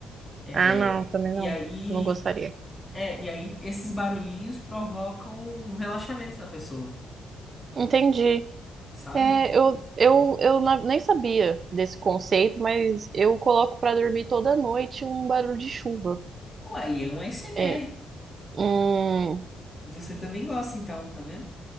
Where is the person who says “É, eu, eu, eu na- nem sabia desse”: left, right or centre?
Right